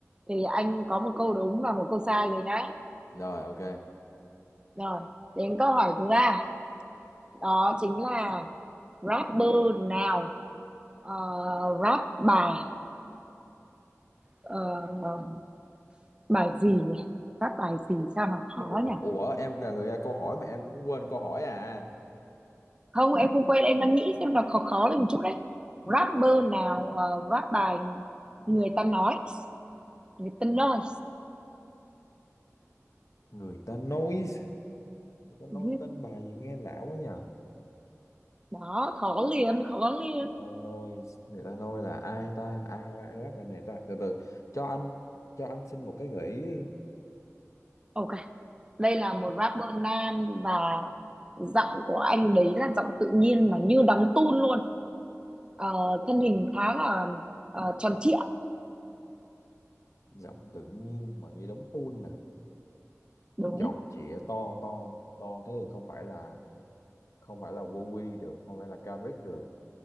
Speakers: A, on the right; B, on the left.
A: thì anh có một câu đúng và một câu sai rồi nhá.
B: rồi ok
A: Rồi, đến câu hỏi thứ ba. Đó chính là rapper nào ờ, rap bài ờ, bài gì nhỉ? Rap bài gì sao nó khó
B: ủa
A: nhỉ?
B: ủa em là người câu hỏi mà em cũng quên câu hỏi à
A: Không, em không quên, em đang nghĩ xem nó khó khó lên một chút đấy. Rapper nào ờ, rap bài người ta nói, người ta nói.
B: người ta nói người ta nói
A: Ừ,
B: tên bài gì nghe lạ quá nhỉ
A: Đó, khó liền, khó liền.
B: Lanoi người ta nói là ai ta ai ai ai rap bài này ta từ từ cho anh cho anh xin một cái gợi ý đi
A: Ok, đây là một rapper nam và giọng của anh đấy là giọng tự nhiên mà như đóng tun luôn Ờ, thân hình khá là ờ, tròn trịa
B: giọng tự nhiên mà nghe đóng tuôn nè
A: đúng
B: chọc chĩa to to to thế thì không phải là không phải là Wowy được không phải là Kendrick được